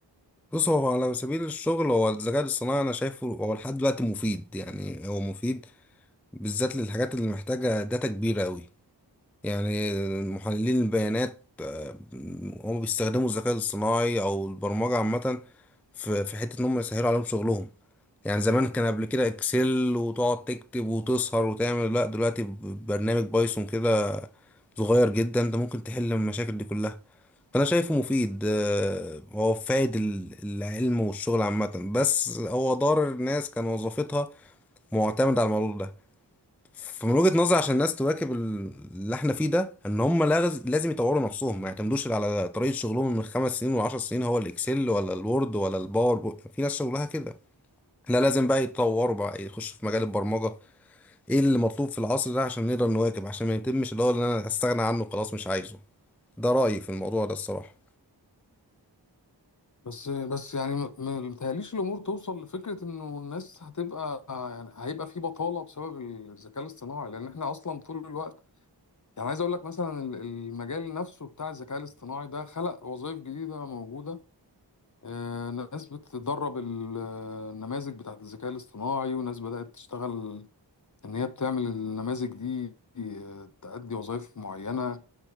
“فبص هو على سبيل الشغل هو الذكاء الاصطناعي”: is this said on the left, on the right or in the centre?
Centre